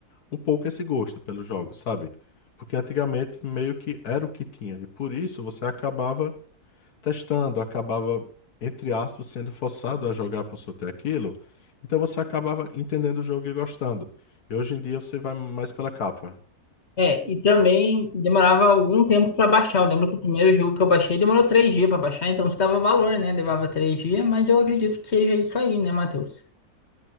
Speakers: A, on the left (about 80°); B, on the left (about 45°).
A: um pouco esse gosto pelos jogos, sabe? Porque antigamente meio que era o que tinha, e por isso você acabava testando, acabava, entre aspas, sendo forçado a jogar por só ter aquilo, então você acabava entendendo o jogo e gostando. E hoje em dia você vai mais pela capa.
B: É, e também demorava algum tempo para baixar. Eu lembro que o primeiro jogo que eu baixei demorou três dias para baixar, então isso dava valor, né? Levava três dias, mas eu acredito que seja isso aí, né, Matheus?